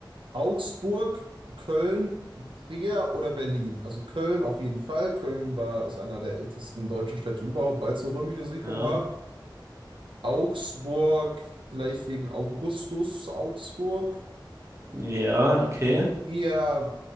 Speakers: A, on the right (about 85°); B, on the right (about 35°).
A: Augsburg, Köln, Trier oder Berlin. Also Köln auf jeden Fall. Köln war, ist einer der ältesten deutschen Städte überhaupt, weil es eine römische Siedlung
B: Ja,
A: war. Augsburg, vielleicht wegen Augustus Augsburg.
B: ja, okay.
A: ja,